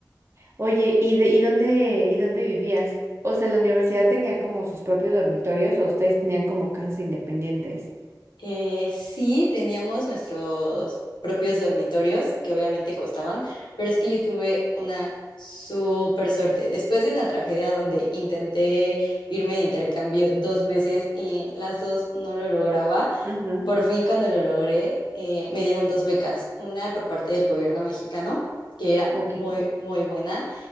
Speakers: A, on the right; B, on the left.
A: Oye, ¿y de, y dónde, y dónde vivías? O sea, la universidad tenía como sus propios dormitorios o ustedes tenían como casas independientes.
B: Eh, sí, teníamos nuestros propios dormitorios, que obviamente costaban, pero es que yo tuve una súper suerte. Después de una tragedia donde intenté irme de intercambio dos veces y las dos no lo lograba,
A: Ajá.
B: por fin cuando lo logré, eh, me dieron dos becas, una por parte del gobierno mexicano, que era
A: Ok.
B: muy, muy buena